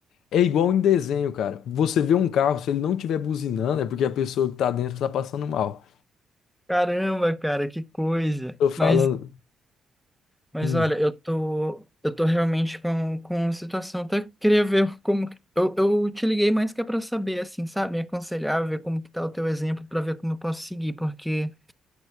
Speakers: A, on the left; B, in the centre.
A: é igual em desenho, cara. Você vê um carro, se ele não tiver buzinando, é porque a pessoa que tá dentro tá passando mal.
B: Caramba, cara, que coisa.
A: Tô falando.
B: Mas Mas
A: Hum,
B: olha, eu tô, eu tô realmente com, com uma situação. Até queria ver como. que- Eu, eu te liguei mais que é pra saber, assim, sabe? Me aconselhar, ver como que tá o teu exemplo, pra ver como eu posso seguir, porque.